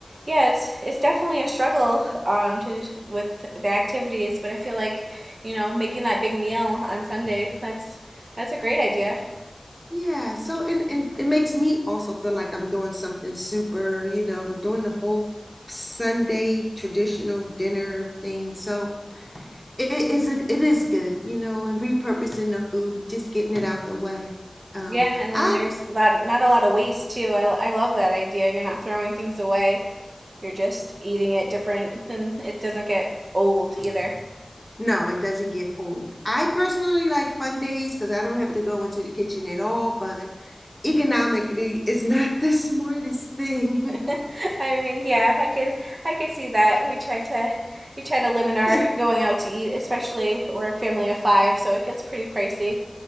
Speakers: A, on the right; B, in the centre.
A: yeah, it's it's definitely a struggle um to with the activities, but I feel like, you know, making that big meal on Sunday, that's that's a great idea.
B: Yeah, so and, and it makes me also feel like I'm doing something super, you know, doing the whole Sunday traditional dinner thing. So it it is a it is good, you know, and repurposing the food, just getting it out the way. Um,
A: Yeah, and
B: I
A: then there's that not a lot of waste too. I, I love that idea. You're not throwing things away. You're just eating it different and it doesn't get old either.
B: no, it doesn't get old. I personally like fun days because I don't have to go into the kitchen at all, but economically, it's not the smartest thing.
A: <laughs> I mean, yeah, I could I could see that. We try to we try to limit our
B: <laughs>
A: going out to eat, especially we're a family of five, so it gets pretty pricey.